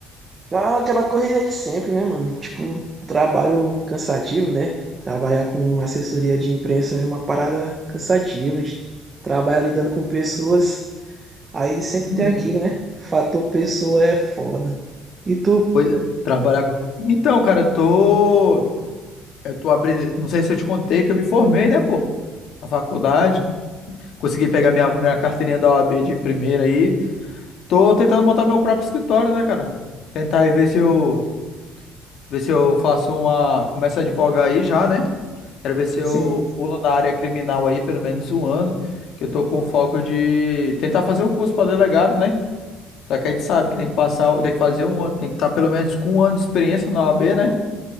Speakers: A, on the right (about 25°); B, on the left (about 60°).
A: Cara, aquela correria de sempre, né, mano? Tipo, trabalho cansativo, né? Trabalhar com assessoria de imprensa é uma parada cansativa. a gente Trabalha lidando com pessoas, aí sempre
B: Hum,
A: tem aquilo, né? Fator pessoa é foda. E tu,
B: pois é, trabalhar. Então, cara, eu tô. Eu tô abrindo. Não sei se eu te contei que eu me formei, né, pô? Na faculdade. Consegui pegar minha, minha carteirinha da OAB de primeira aí. Tô tentando montar meu próprio escritório, né, cara? Tentar aí ver se eu. Ver se eu faço uma. Começo a advogar aí já, né? Quero ver se
A: sim,
B: eu pulo na área criminal aí pelo menos um ano, que eu tô com foco de tentar fazer o curso para delegado, né? Só que a gente sabe que tem que passar, tem que fazer um ano, tem que estar pelo menos com um ano de experiência na OAB, né?